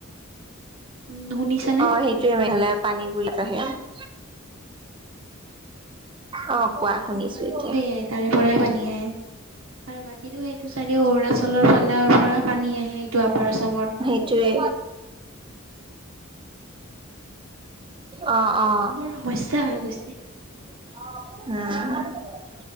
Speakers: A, on the right (about 75°); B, on the right (about 25°).
A: উম শুনিছানে?
B: অ সেইটোয়ে <unintelligible> পানী বুলি <unintelligible> অ কোৱা
A: মেইন
B: শুনিছো
A: কাৰণ
B: এতিয়া
A: টো সেয়া তাৰে পৰাই পানী আহে। আৰু বাকীটো সেইটো চাইডে অৰুণাচলৰ ফালৰ পৰা পানী আহে এইটো আপাৰ আচামত।
B: সেইটোয়ে অ'অ'
A: বৰ সমস্যা হৈ গৈছে।
B: <unintelligible>